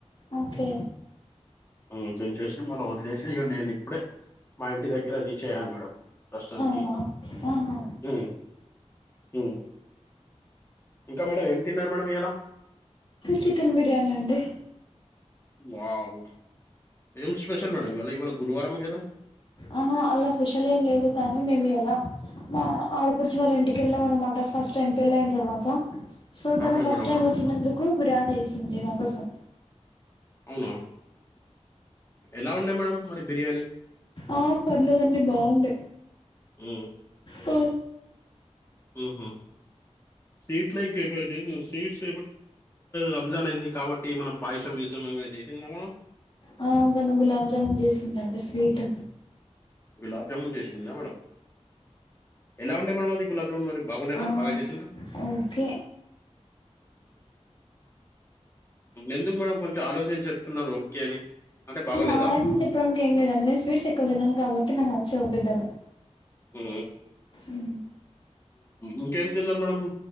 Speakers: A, on the left; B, on the left.
A: ఓకే
B: ఉమ్ దనిచేసి మనం వదిలేసి ఇ నేను ఇప్పుడే మా ఇంటి దగ్గర రీచ్ అయ్యాను మేడం ప్రస్తుతానికి
A: అవునా ఆహా.
B: ఉమ్ ఉమ్ ఇంకా మేడం ఏం తిన్నారు మేడం ఇలా
A: చికెన్ బిర్యానీ అండి
B: వావ్ ఏం స్పెషల్ మేడం ఇవాళ ఇవాళ గురువారం ఏ కదా
A: అహా అలా స్పెషల్ ఏం లేదు కానీ మేమి ఇ అలా ఆడపడుచిన వాళ్ళ ఇంటికెళ్ళాం అనమాట ఫస్ట్ ట ఎంపళ్ళ అయిన తర్వాత సో తను
B: ఆహా
A: ఫస్ట్
B: మేడమా
A: టైమ్ వచ్చినందుకు బిర్యానీ చేసాను లేవాకుసం
B: అవునా ఎలా ఉండే మేడంమ్ మరి బిర్యానీ
A: ఆ పర్లేదండి బాగుండ
B: అ
A: ఓ
B: ఉహ్ స్వీట్లైతే స్వీట్స్ రంజాన్ అయింది కాబట్టి మనం పాయసం ఏమైనా చేసిందామా?
A: ఆ అందన్న గులాబ్జామున్ చేసిందండి స్వీట్
B: గులాబ్ జామున్ చేసిందినా మేడడం ఎలా ఉండే మేడమ్ అది గులాబ్ జామున్ మరి బాగుండేనా
A: ఆ
B: బాగా చేసింద
A: ఓకే
B: ఎందుకు మేడం కొంచెం ఆలోచన చెప్తున్నారు ఓకే అని అంటే బాగలేదా
A: ఆలోచించి చెప్పడానికి ఏం లేదండి నను స్వీట్స్ ఎక్కువ తన్నాను కాబట్టి నాకు నచ్చవ్ పెద్దగా
B: హ
A: మ్మ్.
B: ఇంకేమి తిన్నారు మేడంమ్